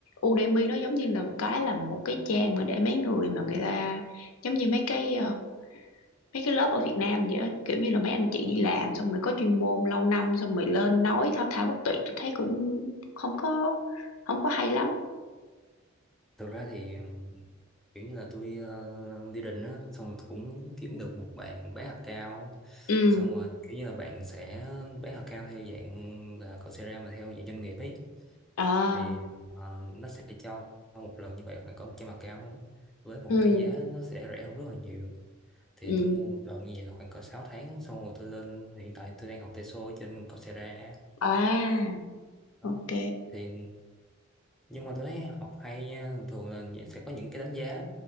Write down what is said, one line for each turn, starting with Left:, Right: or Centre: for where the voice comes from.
Left: Udemy nó giống như là một cái là một cái trang mà để mấy người mà người ta giống như mấy cái ờ, mấy cái lớp ở Việt Nam vậy á kiểu như là mấy anh chị đi làm xong rồi có chuyên môn lâu năm xong rồi lên nói thao thao bất tuyệt tôi thấy cũng không có không có hay lắm
Centre: thực ra thì kiểu như là tôi ờ, đi định á xong rồi cũng kiếm được một bạn bán hạt cao
Left: ừ
Centre: xong rồi kiểu như là bạn sẽ bán hạt cao theo dạng là Coursera mà theo dạng doanh nghiệp ấy
Left: à
Centre: thì ờ, nó sẽ cho một lần như vậy khoảng cỡ 100 hạt cao với một
Left: ừ
Centre: cái giá nó sẽ rẻ hơn rất là nhiều thì
Left: ừ
Centre: tôi mua một lần như vậy là khoảng cỡ 6 tháng xong rồi tôi lên hiện tại tôi đang học TESOL ở trên Coursera
Left: à
Centre: đó
Left: ok
Centre: thì nhưng mà tôi thấy học hay nha thường thường là những- sẽ có những cái đánh giá